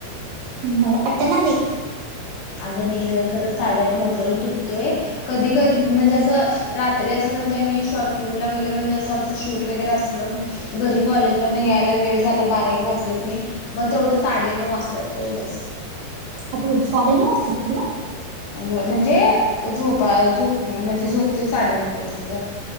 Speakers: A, on the right (about 75°); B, on the left (about 80°).
A: मला पटत बाई.
B: अगं नाही ग खरंच साडेआठ नऊ पर्यंत उठतोय, कधी कधी म्हणजे असं रात्री असं म्हणजे आम्ही शॉर्ट फिल्मला वगैरे म्हणजे असं आमचं शूट वगैरे असलं. घरी कॉलेज वर न यायला वेळ झाला बारा एक वाजलं क नी. मग तेवढं साडेनऊ वाजतात तेवढंच,
A: अगं साडेनऊ वाजतात तुला.
B: म्हणजे झोपा झोप म्हणजे झोप ते साडेनऊ पर्यंत गं.